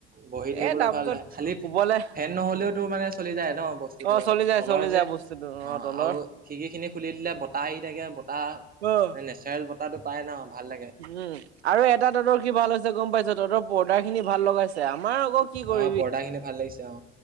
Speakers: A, on the right; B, on the right.
A: বহি থাকিবলৈ
B: এ তাৰপিছত
A: ভাল, খালি
B: ওপৰলে
A: ফেন নহ'লেওতো মানে চলি যায় ন বস্তুটো
B: অ চলি যায়
A: তলৰ
B: চলি যায়
A: যে
B: বস্তুটো অ
A: অঁ,
B: তলৰ
A: আৰু খিৰকি খিনি খুলি দিলে, বতাহ আহি থাকে বতাহ
B: অঁ।
A: নেচাৰেল বতাহটো পায় ন ভাল লাগে
B: উম আৰু এটা তহতৰ কি ভাল হৈছে গম পাইছো তহঁতৰ পৰ্দাৰ খিনি ভাল লগাইছে, আমাৰ আকৌ কি কৰিবি
A: অ পৰ্দা খিনি ভাল লাগিছে অ